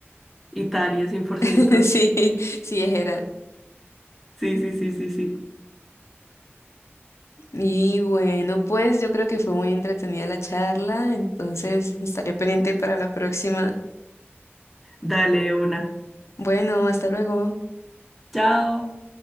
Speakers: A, in the centre; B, on the left.
A: Italia, cien por
B: <laughs>
A: ciento.
B: Sí, sí, era.
A: Sí, sí, sí, sí, sí.
B: Y bueno, pues yo creo que fue muy entretenida la charla, entonces estaré pendiente para la próxima.
A: Dale una.
B: Bueno, hasta luego.
A: Chao.